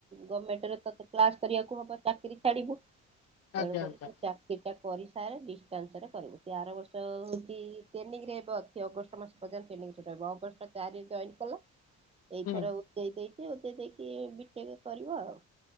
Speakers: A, on the right (about 20°); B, on the left (about 55°).
A: ଗମେଣ୍ଟରେ ତତେ କ୍ଲାସ କରିବାକୁ ହବ ଚାକିରୀ ଛାଡିବୁ। ତେଣୁକରି
B: ଆଜ୍ଞା ଆଜ୍ଞା
A: ସେ ଚାକିରୀ ଟା କରିସାରେ ଡିଷ୍ଟାନ୍ସରେ କରିବୁ, ସେ ଆର ବର୍ଷ ଅ ଏଇ ଟ୍ରେନିଙ୍ଗ ଏବେ ଅଛି ଅଗଷ୍ଟ ମାସ ପର୍ଯ୍ୟନ୍ତ ଟ୍ରେନିଙ୍ଗ ରହିବ, ଅଗଷ୍ଟ ଚାରି ରେ ଜଏନ୍ କଲା। ଏଇ
B: ହୁଁ
A: ଥର ଉତେଇ ଦେଇ ସେ ଉତେ ଦେଖି ବିଟେକ କରିବ ଆଉ।